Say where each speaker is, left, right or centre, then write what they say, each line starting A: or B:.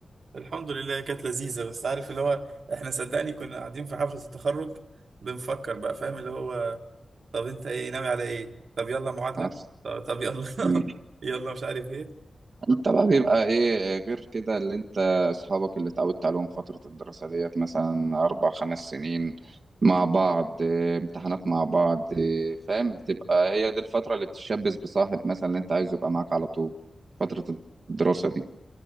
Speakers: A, on the right; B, on the right.
A: الحمد لله كانت لذيذة بس عارف اللي هو احنا صدقني كنا قاعدين في حفلة التخرج بنفكر بقى فاهم اللي هو طب انت ايه ناوي على ايه طب يلا معادلة
B: حصل
A: طب, طب يلا <laughs>
B: مم.
A: يلا مش عارف ايه
B: انت بقى بيبقى ايه غير كده اللي انت اصحابك اللي اتعودت عليهم فتره الدراسه ديت مثلا اربع خمس سنين مع بعض إيه، امتحانات مع بعض إيه، فاهم بتبقى هي دي الفتره اللي بتتشبث بصاحب مثلا اللي انت عايزه يبقى معاك على طول فتره الدراسه دي